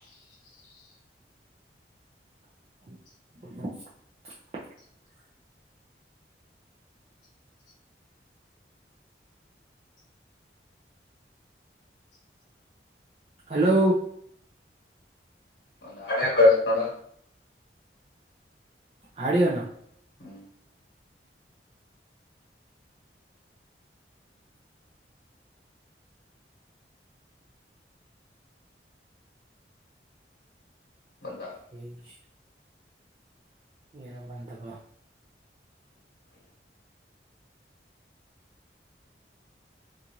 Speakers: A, on the right; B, on the left.
A: <inaudible> ಹಲೋ
B: ಒಂದುಾಡ ಕಳಸ ನೋಣ
A: ಹಡೋ ನ
B: ಹ್ಮ್ ಬಂದ
A: ಹ್ಮ್ ಏನ ಬಂತಪ್ಪ